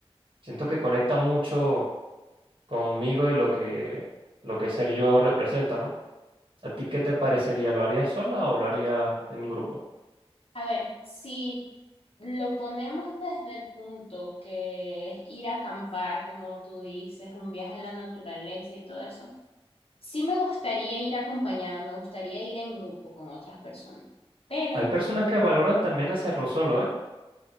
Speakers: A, on the right; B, on the left.
A: Siento que conecta mucho conmigo y lo que, lo que ser yo representa, ¿no? ¿A ti qué te parecería? ¿Lo harías sola o lo harías en grupo?
B: A ver, si lo ponemos desde el punto que es ir a acampar, como tú dices, un viaje a la naturaleza y todo eso, sí me gustaría ir acompañada, me gustaría ir en grupo con otras personas, pero
A: Hay personas que valoran también hacerlo solo, ¿eh?